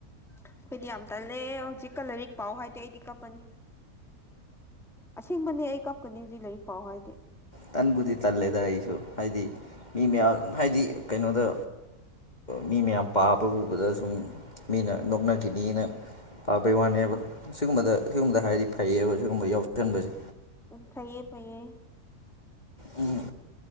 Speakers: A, in the centre; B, on the left.
A: ꯑꯩꯈꯣꯏꯗꯤ ꯌꯥꯝ ꯇꯜꯂꯦ ꯍꯧꯖꯤꯛꯀ ꯂꯥꯏꯔꯤꯛ ꯄꯥꯎ ꯍꯥꯏꯗꯤ ꯑꯩꯗꯤ ꯀꯞꯄꯅꯤ ꯑꯁꯦꯡꯕꯅꯦ ꯑꯩ ꯀꯞꯀꯅꯤ ꯍꯧꯖꯤꯛ ꯂꯥꯏꯔꯤꯛ ꯄꯥꯎ ꯍꯥꯏꯗꯤ
B: ꯇꯟꯕꯨꯗꯤ ꯇꯜꯂꯦꯗ ꯑꯩꯁꯨ ꯍꯥꯏꯗꯤ ꯃꯤ ꯃꯌꯥꯝ ꯍꯥꯏꯗꯤ ꯀꯩꯅꯣꯗ ꯃꯤ ꯃꯌꯥꯝ ꯄꯥꯕ ꯎꯕꯗ ꯁꯨꯝ ꯃꯤꯅ ꯅꯣꯛꯅꯈꯤꯅꯤꯅ ꯄꯥꯕꯩ
A: ꯎꯝ
B: ꯋꯥꯅꯦꯕ ꯁꯤꯒꯨꯝꯕꯗ ꯁꯤꯒꯨꯝꯕꯗ ꯍꯥꯏꯔꯗꯤ ꯐꯩꯌꯦꯕ ꯁꯤꯒꯨꯝꯕ ꯌꯥꯎꯁꯁꯟꯕꯁꯦ
A: ꯈꯩꯌꯦꯦ ꯐꯩꯌꯦ
B: ꯎꯝ